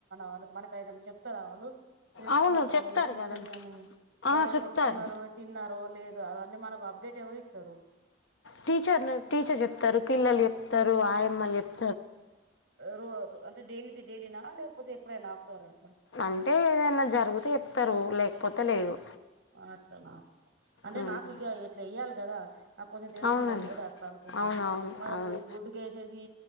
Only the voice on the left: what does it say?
అవును
చెప్తారు
కదమ్మా
ఆ,
చెప్తారు
టీచర్ను టీచర్ చెప్తారు, పిల్లలు చెప్తారు ఆయమ్మలు చెప్
అంటే ఏదైనా జరిగుతే చెప్తారు లేకపోతే లేదు
మ్మ్.
అవునండి
అవునవును
అవును